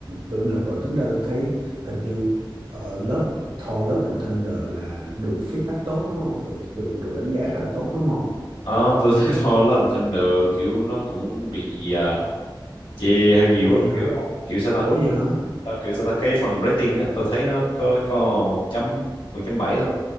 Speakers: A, on the right (about 80°); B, on the left (about 85°).
A: tôi được rồi tính ra tôi thấy hình như uh, Love Thor Love and Thunder là được feedback tốt đó đúng không được được được đánh giá khá là tốt đúng không
B: Ờ, tôi <laughs> thấy thôi làm thanh được kiểu nó cũng bị à, chê hơi nhiều
A: Ủa vậy
B: á
A: hả
B: kiểu ông kiểu sao ta
A: Ủa vậy hả
B: Tao kiểu sao ta cái phần rating á tôi thấy nó có có một chấm một chấm bảy thôi